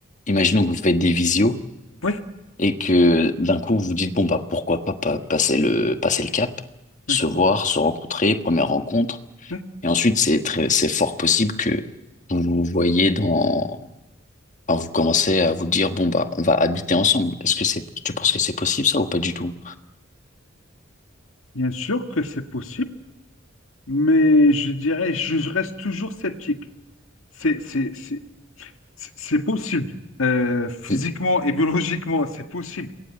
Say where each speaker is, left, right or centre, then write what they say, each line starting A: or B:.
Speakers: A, on the left (about 40°); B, on the left (about 80°).
A: imaginons que vous faites des visios
B: oui,
A: et que d'un coup, vous vous dites, bon, bah, pourquoi pas, pas passer le, passer le cap,
B: oui,
A: se voir, se rencontrer, première rencontre.
B: oui.
A: Et ensuite, c'est très, c'est fort possible que vous vous voyez dans, enfin, vous commencez à vous dire, bon, bah, on va habiter ensemble. Est-ce que c'est, tu penses que c'est possible ça ou pas du tout?
B: Bien sûr que c'est possible, mais je dirais, je reste toujours sceptique. C'est, c'est, c'est, c'est c'est possible. Euh, physiquement
A: <laughs>
B: et biologiquement, c'est possible.